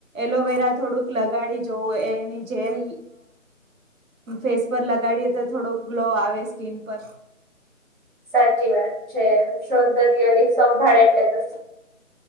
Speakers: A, on the right; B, on the right.
A: એલોવેરા થોડુંક લગાડી જવું એની જેલ. ફેસ પર લગાડીએ તો થોડો ગ્લો આવે સ્કીિન પર.
B: સાચી વાત છે સૌંદર્ય ની સંભાળ એટલે તો